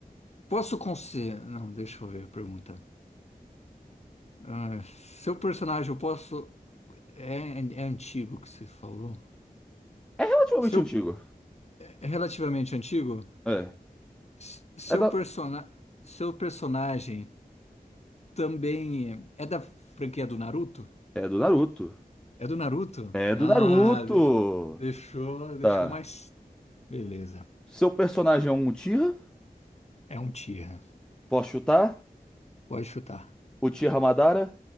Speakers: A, on the left; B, in the centre.
A: posso considerar. Não, deixa eu ver a pergunta. Ah, seu personagem, eu posso. É, é antigo que você falou?
B: É relativamente
A: Seu,
B: antigo.
A: é relativamente antigo?
B: É.
A: S- Seu,
B: É, da,
A: persona, seu personagem também é da franquia do Naruto?
B: é do Naruto.
A: É do Naruto?
B: É
A: Ah,
B: do Naruto!
A: de- deixou, deixou
B: Tá.
A: mais. Beleza.
B: Seu personagem é um Uchiha?
A: É um Tira.
B: Posso chutar?
A: Pode chutar.
B: Uchiha Madara?